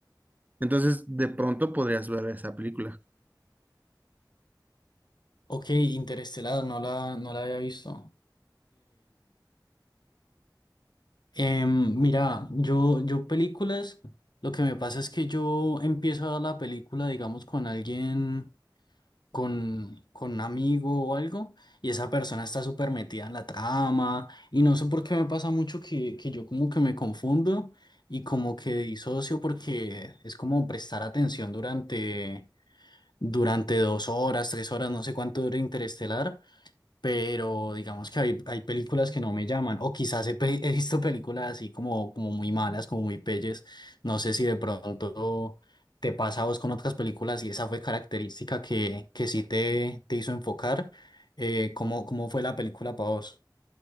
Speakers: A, on the right; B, on the left.
A: Entonces, de pronto podrías ver esa película.
B: Ok, Interestelar, no la, no la había visto. Em, mira, yo, yo películas, lo que me pasa es que yo empiezo a la película, digamos, con alguien, con, con un amigo o algo, y esa persona está súper metida en la trama, y no sé por qué me pasa mucho que, que yo como que me confundo y como que disocio porque es como prestar atención durante, durante dos horas, tres horas, no sé cuánto dura Interestelar pero digamos que hay, hay películas que no me llaman, o quizás he, pe- he visto películas así como, como muy malas, como muy pelles, no sé si de pronto te pasa a vos con otras películas y esa fue característica que, que sí te, te hizo enfocar, eh, ¿cómo, cómo fue la película para vos?